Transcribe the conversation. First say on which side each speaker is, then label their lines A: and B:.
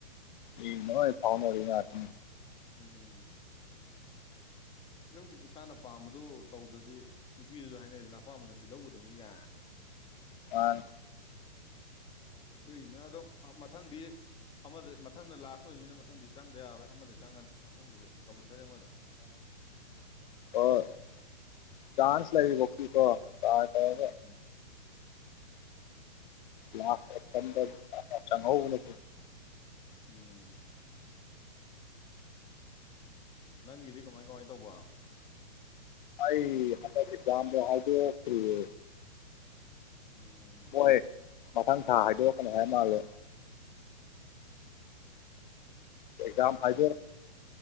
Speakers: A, on the left; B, on the left.
A: ꯏ ꯅꯣꯏ ꯐꯥꯎꯅꯔꯤ ꯉꯥꯛꯇꯅꯤ
B: ꯎꯝ ꯁꯨꯝ ꯏꯁꯥꯅ ꯄꯥꯝꯕꯗꯨ ꯇꯧꯗ꯭ꯔꯗꯤ ꯅꯨꯄꯤꯗꯨꯁꯨ ꯍꯥꯏꯅꯩꯗꯅ ꯑꯄꯥꯝꯕ ꯅꯨꯄꯤ ꯂꯧꯒꯗꯕꯅꯤꯒ
A: ꯃꯅꯤ
B: ꯑꯗꯨꯏꯅ ꯑꯗꯣ ꯃꯊꯪꯗꯤ ꯑꯃꯗ ꯃꯊꯪꯗ ꯂꯥꯁ ꯑꯣꯏꯕꯅꯤꯅ ꯃꯊꯪꯗꯤ ꯆꯪꯗ ꯌꯥꯔꯣꯏ ꯑꯃꯗ ꯆꯪꯉꯅꯤ ꯃꯊꯪꯗꯗꯤ ꯀꯝꯄꯜꯁꯔꯤ ꯑꯃꯗ꯫
A: ꯑ ꯑꯣ ꯆꯥꯟꯁ ꯂꯩꯔꯤꯕꯥꯎꯗꯤ ꯀꯣ꯫ <unintelligible>
B: ꯎꯝ
A: ꯂꯥꯁ ꯑꯣꯕꯁꯟꯗ ꯆꯪꯍꯧꯕꯅ ꯐꯩ
B: ꯎꯝ꯫ ꯅꯪꯒꯤꯗꯤ ꯀꯃꯥꯏ ꯀꯃꯥꯏꯅ ꯇꯧꯕ꯫
A: ꯑꯩ ꯍꯟꯗꯛ ꯑꯦꯛꯖꯥꯝꯗꯣ ꯍꯥꯏꯗꯣꯛ꯭ꯔꯤꯌꯦ
B: ꯎꯝ
A: ꯍꯣꯏ ꯃꯊꯪ ꯊꯥ ꯍꯥꯏꯗꯣꯛꯛꯀꯅꯤ ꯍꯥꯏ ꯃꯥꯜꯂꯦ ꯑꯦꯖꯥꯝ ꯍꯥꯏꯖꯔ